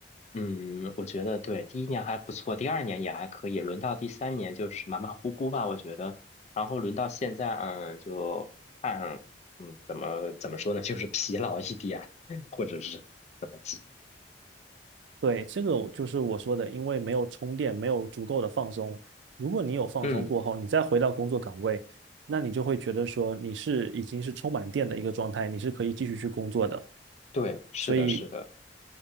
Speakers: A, on the left; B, on the right.
A: 嗯，我觉得对，第一年还不错，第二年也还可以，轮到第三年就是马马虎虎吧，我觉得。然后轮到现在，嗯，就按，嗯，怎么怎么说呢，就是 <laughs> 疲劳一点，<laughs> 或者是怎么讲，
B: 对，这个我就是我说的，因为没有充电，没有足够的放松。如果你有放松过后，
A: 嗯，
B: 你再回到工作岗位，那你就会觉得说你是已经是充满电的一个状态，你是可以继续去工作的。
A: 对，是的，
B: 所以，
A: 是的。